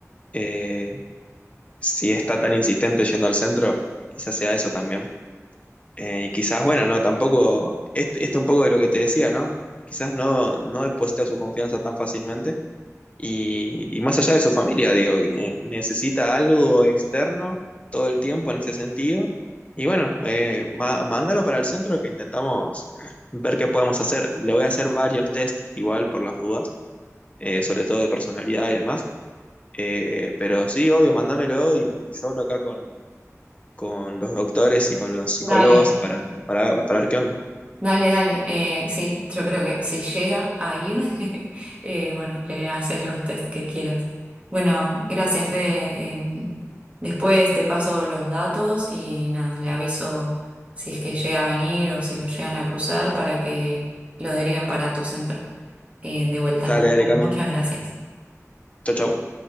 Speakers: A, on the left (about 25°); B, on the right (about 25°).
A: Eh, si está tan insistente yendo al centro, quizás sea eso también. Eh, y quizás, bueno, no, tampoco, es- esto un poco de lo que te decía, ¿no? Quizás no, no deposita su confianza tan fácilmente y, y más allá de su familia, digo, ne- necesita algo externo todo el tiempo en ese sentido. Y bueno, eh, ma- mándalo para el centro que intentamos ver qué podemos hacer. Le voy a hacer varios test igual por las dudas, eh, sobre todo de personalidad y demás. Eh, pero sí, obvio, mándamelo y, y yo hablo acá con, con los doctores y con los psicólogos
B: Dale,
A: para, para, para ver qué onda.
B: Dale, dale. Eh, sí, yo creo que si llega a ir, <laughs> eh, bueno, le haces los test que quieras. Bueno, gracias, Fede. Em, después te paso los datos y nada, le aviso si es que llega a venir o si lo llegan a cruzar para que lo deriven para tu centro. Eh, de vuelta,
A: Dale,
B: muchas,
A: dale, Cami.
B: muchas gracias.
A: Chau, chau.